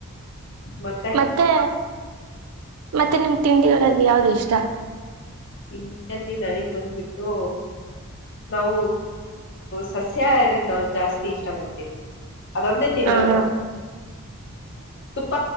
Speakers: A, on the left; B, on the right.
A: ಮತ್ತೆ
B: ಮತ್ತೆ ಮತ್ತೆ ನಿಮ್ ತಿಂಡಿಗಳಲ್ಲಿ ಯಾವ್ದು ಇಷ್ಟ
A: ತಿಂಡಿಗಳಲ್ಲಿ ನನಗ್ ಬಂದ್ಬಿಟ್ಟು ನಾವು ಸಸ್ಯಹರಿ ನಾವು ಜಾಸ್ತಿ ಇಷ್ಟ ಪಡ್ತೇವಿ ಅದೊಂದೇ ತಿನ್ನೋದು
B: ಹಾ ಹಾ
A: ತುಪ್ಪ